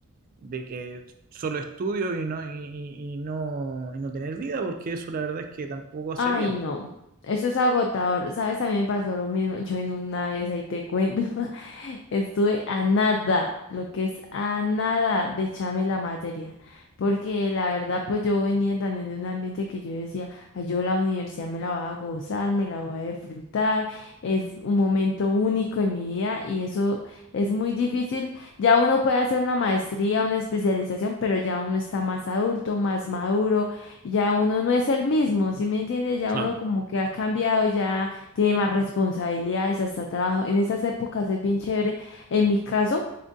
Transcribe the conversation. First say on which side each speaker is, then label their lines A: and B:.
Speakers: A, on the right; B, on the left.
A: de que solo estudio y no, y, y- y no, y no tener vida, porque eso la verdad es que tampoco hace
B: Ay,
A: bien.
B: no, eso es agotador. Sabes, a mí me pasó lo mismo. Yo en una vez ahí te cuento. <laughs> Estuve a nada, lo que es a nada de echarme la materia. Porque la verdad, pues yo venía también de un ambiente que yo decía, "Ay, yo la universidad me la voy a gozar, me la voy a disfrutar, es un momento único en mi vida y eso es muy difícil. Ya uno puede hacer una maestría, una especialización, pero ya uno está más adulto, más maduro, ya uno no es el mismo, ¿sí me entiendes? Ya
A: Claro.
B: uno como que ha cambiado, ya tiene más responsabilidades, hasta trabajo. En esas épocas es bien chévere. En mi caso,